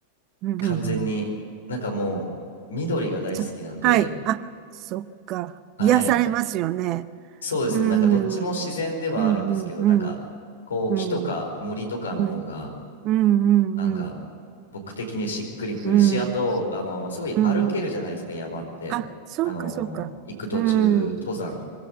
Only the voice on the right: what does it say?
んうんうん。
そ、はい。あ、そっか。
癒されますよね。
うーん。
うんうんうん。
うん。
うんうんうんうん
うん。
うん。
あ、そうか、
そうか。
うん。